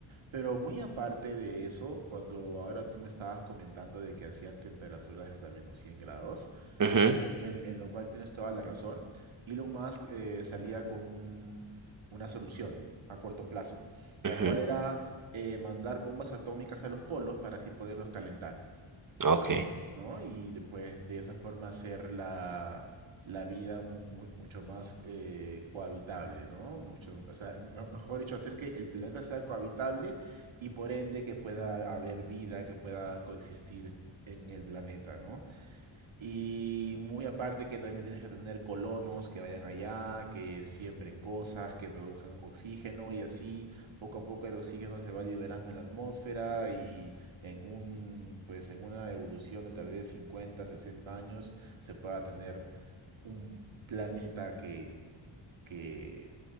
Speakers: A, on the right; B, on the right.
A: Pero muy aparte de eso, cuando ahora tú me estabas comentando de que hacían temperaturas hasta menos 100 grados,
B: mhm,
A: en, lo en- en lo cual tienes toda la razón, Elon Musk eh, salía con un- una solución a corto plazo, la
B: mhm,
A: cual era eh, mandar bombas atómicas a los polos para así poderlos calentar.
B: Ok.
A: ¿no? Y de- pues de esa forma hacer la, la vida mu- mu- mucho más eh, cohabitable, ¿no? Mucho, o sea, me- mejor dicho, hacer que el planeta sea cohabitable y por ende que pueda haber vida, que pueda coexistir en el planeta, ¿no? Y muy aparte que también tienes que tener colonos que vayan allá, que siembren cosas, que produzcan oxígeno y así poco a poco el oxígeno se va liberando en la atmósfera y en un pues en una evolución de tal vez 50 60 años se pueda tener un planeta que que